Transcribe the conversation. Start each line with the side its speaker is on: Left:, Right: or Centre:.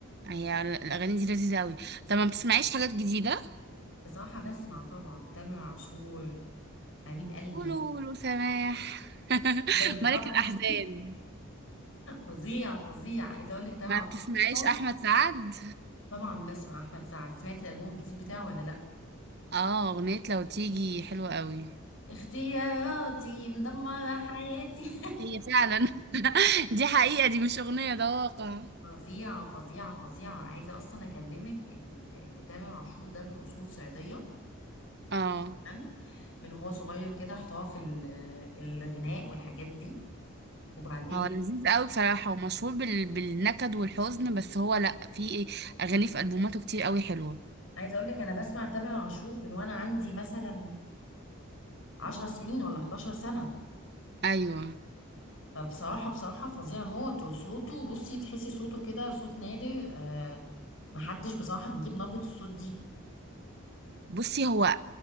Right: هي الاغاني دي لذيذه قوي طب ما بتسمعيش حاجات جديده
Left: بصراحه بسمع طبعا تامر عاشور حبيب قلبي
Right: قولوا قولوا سماح <laughs>
Left: بالظبط
Right: ملك الاحزان
Left: فظيع فظيع عايزه اقول لك طبعا
Right: ما بتسمعيش
Left: <laughs>
Right: احمد سعد
Left: طبعا بسمع احمد سعد سمعتي الالبوم الجديد بتاعه ولا لا
Right: اه اغنية لو تيجي حلوة قوي
Left: اختياراتي مدمره حياتي
Right: هي فعلا <laughs> دي حقيقة دي مش اغنية ده واقع
Left: <laughs> فظيعه فظيعه فظيعه عايزه اصلا اكلمك ان ان تامر عاشور ده من اصول صعيديه
Right: اه
Left: تمام من هو صغير كده احتراف ال- الغناء والحاجات دي وبعدين
Right: هو
Left: يعني
Right: لذيذ قوي بصراحة ومشهور بال... بالنكد والحزن بس هو لا في اغاني في البوماته كتير قوي حلوة
Left: عايزه اقول لك انا بسمع تامر عاشور من وانا عندي مثلا آه، 10 سنين ولا 11 سنه
Right: ايوه
Left: فبصراحة بصراحة فظيع موت وصوته بصي تحسي صوته كده صوت نادر آه محدش بصراحة بيجيب نبرة الصوت دي
Right: بصي هو